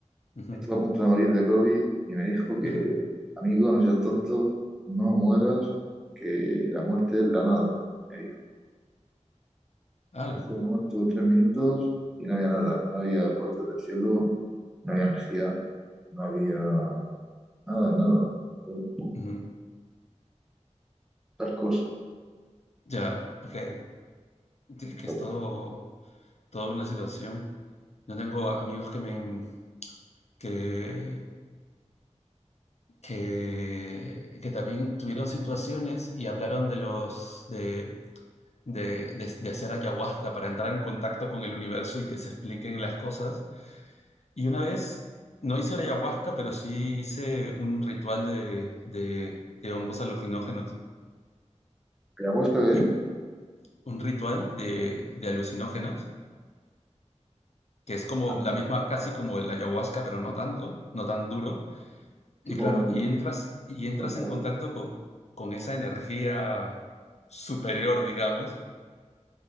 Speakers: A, on the left; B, in the centre.
A: ujú,
B: estuvo a punto de morir de COVID y me dijo que,
A: ajá,
B: amigo, no seas tonto, no mueras, que la muerte es la nada, me dijo.
A: ala,
B: Estuvo muerto tres minutos y no había nada, no había puertas del cielo, no había energía, no había nada de nada. Pues,
A: ujú.
B: tal cosa.
A: Ya, ok. Es
B: Entonces,
A: que es todo, toda una situación. Yo tengo amigos que me, que, que, que también tuvieron situaciones y hablaron de los de, de, de- de hacer ayahuasca para entrar en contacto con el universo y que se expliquen las cosas. Y una vez, no hice ayahuasca, pero sí hice un ritual de, de, de hongos alucinógenos.
B: Ayahuasca, ¿eh?
A: Y un ritual de, de alucinógenos, que es como
B: Ah,
A: la misma, casi como el ayahuasca, pero no tanto, no tan duro
B: tipo,
A: Y claro, y entras, y entras
B: cosas
A: en
B: así.
A: contacto con, con esa energía superior, digamos.